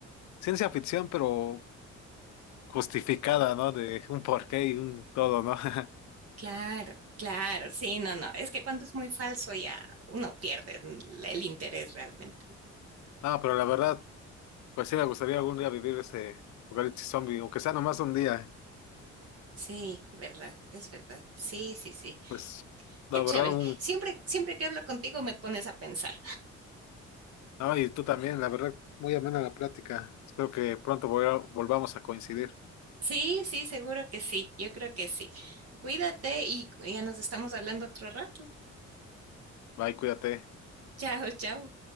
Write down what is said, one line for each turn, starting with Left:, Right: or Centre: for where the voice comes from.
Left: ciencia ficción, pero justificada, ¿no? De un porqué y un todo, ¿no? <laughs>
Right: Claro, claro, sí, no, no. Es que cuando es muy falso ya uno pierde el el interés realmente.
Left: No, pero la verdad, pues sí me gustaría algún día vivir ese apocalipsis zombie, aunque sea nomás un día.
Right: Sí, verdad, es verdad. Sí, sí, sí.
Left: Pues la
Right: Qué chévere.
Left: verdad, un...
Right: Siempre, siempre que hablo contigo me pones a pensar.
Left: No, y tú también, la verdad, muy amena la plática. Espero que pronto volva- volvamos a coincidir.
Right: Sí, sí, seguro que sí. Yo creo que sí. Cuídate y ya nos estamos hablando otro rato.
Left: Bye, cuídate.
Right: Chao, chao.